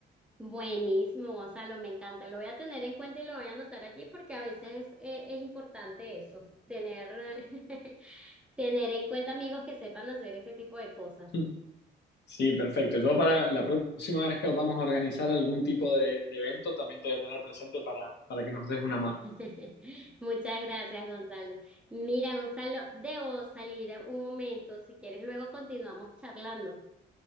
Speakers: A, in the centre; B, on the left (about 60°).
A: Buenísimo, Gonzalo, me encanta, lo voy a tener en cuenta y lo voy a anotar allí porque a veces eh, es importante eso, tener, <laughs> tener en cuenta amigos que sepan hacer ese tipo de cosas.
B: <laughs> Sí, perfecto. Yo para la próxima vez que vamos a organizar algún tipo de, de evento, también te voy a tener presente para, para que nos des una
A: <laughs>
B: mano.
A: Muchas gracias, Gonzalo. Mira, Gonzalo, debo salir un momento. Si quieres, luego continuamos charlando.